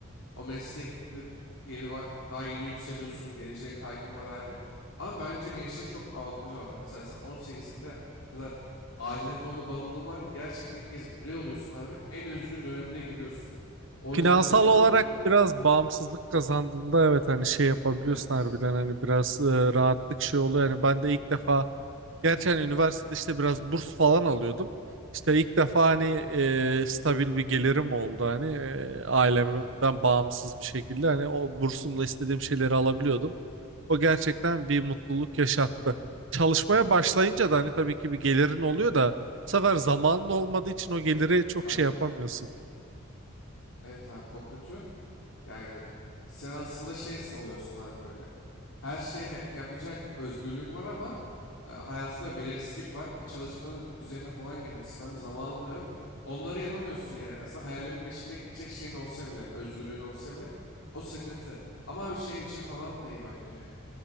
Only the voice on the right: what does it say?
Finansal
olarak
biraz bağımsızlık kazandığında evet hani şey yapabiliyorsun
harbiden hani biraz e, rahatlık şey oluyor. Yani ben de ilk defa gerçi hani üniversitede işte biraz burs falan alıyordum. İşte ilk defa hani e, stabil bir gelirim oldu hani e, ailemden
bağımsız bir şekilde hani o bursumla istediğim şeyleri alabiliyordum. O gerçekten bir mutluluk yaşattı. Çalışmaya başlayınca da hani tabii ki bir gelirin oluyor da bu sefer zamanın olmadığı için o geliri çok
şey yapamıyorsun.